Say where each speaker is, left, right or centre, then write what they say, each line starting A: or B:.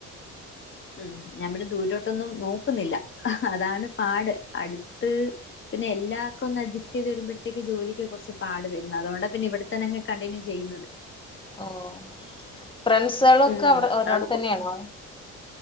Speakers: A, on the left; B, on the left.
A: ഉം ഞമ്മള് ദൂരോട്ടൊന്നും നോക്കുന്നില്ല അതാണ് പാട് അടു- ത് പിന്നെ എല്ലാർക്കും ഒന്ന് അഡ്ജസ്റ്റെയ്ത് വരുമ്പഴ്- ഒറ്റെക്ക് ജോലിക്ക് കൊറച്ച് പാട് വരുന്ന് അതുകൊണ്ടാപിന്നെ ഇവടെതന്നെ അങ്ങ് കണ്ടിന്യൂ ചെയ്യുന്നത്
B: ഓഹ് ഫ്രണ്ട്സകളോക്കെ
A: ഉം.
B: അവിടെ ഒരടുത്ത്
A: അപ്പൊ
B: തന്നെയാണോ